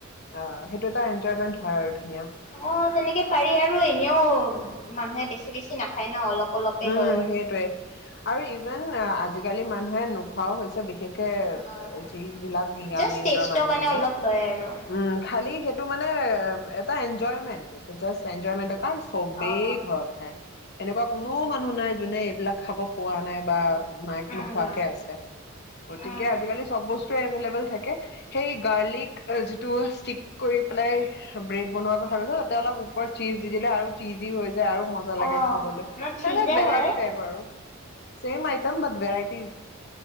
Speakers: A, on the left (about 55°); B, on the left (about 35°).
A: অ' সেইটো এটা এনজয়মেন্ট হয় আৰু ধুনীয়া
B: অ'! তেনেকে পাৰি। আৰু এনেও, মানুহে বেছি- বেছি না খাই ন' অলপ-অলপে
A: উম
B: লয়।
A: সেইটোৱে আৰু ইভেন আজিকালি, মানুহে নোখোৱাও হৈছে, বিশেষ বিশেষকে,
B: জাষ্ট
A: যিবিলাক ইয়ং এজৰ
B: টেষ্টৰ
A: মানুহখিনি।
B: কাৰণে অলপ লয় আৰু
A: উম! খালি, সেইটো মানে, এটা এনজয়মেন্ট, জাষ্ট এনজয়মেন্ট। কাৰণ, চবেই
B: অ',
A: ঘৰত খায়। এনেকুৱা কোনো মানুহ নাই, যোনে এইবিলাক খাব পোৱা নাই বা নাই, নোখোৱাকে
B: উম,
A: আছে। গতিকে,
B: উম,
A: আজিকালি চব বস্তুৱে এভেইলেবল থাকে। সেই গাৰ্লিক, যিটো ষ্টিক কৰি পেলাই, ব্ৰেড বনোৱাৰ কথা কৈছ <unintelligible> তাতে অলপ, ওপৰত চিজ দি দিলে আৰু চিজি হৈ যায়। আৰু মজা লাগে
B: অ',
A: খাবলে!
B: ন' চীজে
A: অনেক ভেৰাইটি
B: হয়
A: টাইপৰ আৰু। Same item, but varieties.